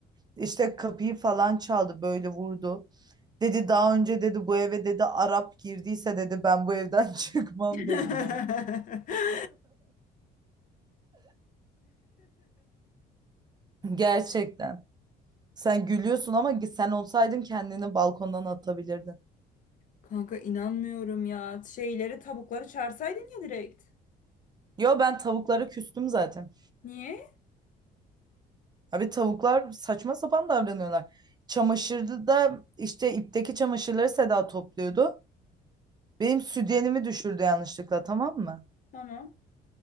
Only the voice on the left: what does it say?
<laughs>
Kanka inanmıyorum ya. Şeyleri, tavukları çağırsaydın ya direkt.
Niye?
Tamam.